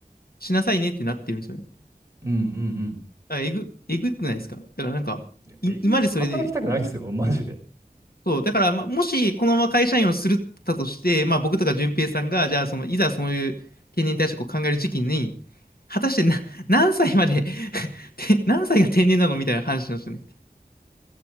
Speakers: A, on the left; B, on the right.
A: しなさいねってなってるんですよね。
B: うんうんうん。
A: だからえぐ、えぐくないですかだからなんか、
B: いや、
A: い、
B: えぐいっすよ。
A: 今までそれで、
B: 働きたくないっすよ、マジで。
A: そう、だから、まあ、もしこのまま会社員をするったとして、まあ、僕とか淳平さんが、じゃあ、その、いざそういう定年退職を考える時期に、果たしてな、何歳まで <laughs> て何歳が定年なのみたいな話なんですよね。